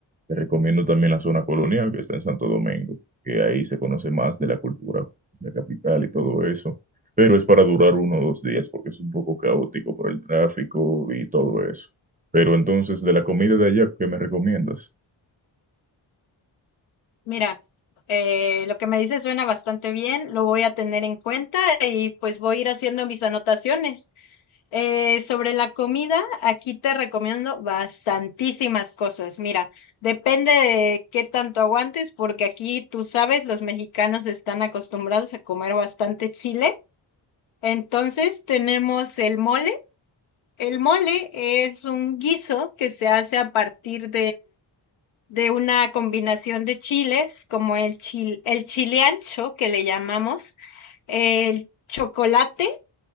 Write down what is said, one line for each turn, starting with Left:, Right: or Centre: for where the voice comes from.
Right: te recomiendo también la zona colonial que está en Santo Domingo, que ahí se conoce más de la cultura, pues, la capital y todo eso, pero es para durar uno o dos días porque es un poco caótico por el tráfico y todo eso. Pero entonces, de la comida de allá, ¿qué me recomiendas?
Left: Mira, eh, lo que me dices suena bastante bien, lo voy a tener en cuenta y pues voy a ir haciendo mis anotaciones. Eh, sobre la comida, aquí te recomiendo bastantísimas cosas. Mira, depende de qué tanto aguantes, porque aquí tú sabes, los mexicanos están acostumbrados a comer bastante chile. Entonces tenemos el mole. El mole es un guiso que se hace a partir de una combinación de chiles, como el chil, el chile ancho que le llamamos, el chocolate